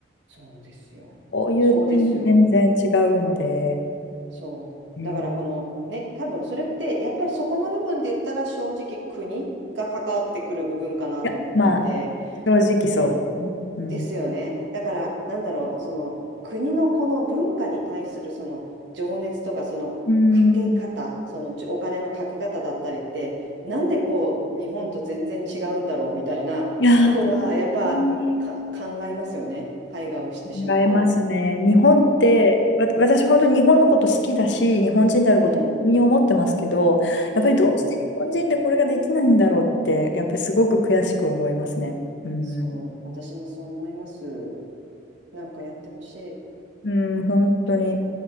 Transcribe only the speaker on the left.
こういう点に全然違うので、
うん、
い
や、まあ、正直そうですね。
うん。
うん。
いやー、本当に
考えますね。日本って、
わ、私本当に日本のこと好きだし、日本人であること誇りに思ってますけど、
やっぱりどうして日本人でこれができないんだろうって、
やっぱりすごく悔しく思いますね。うん、
うん、本当に。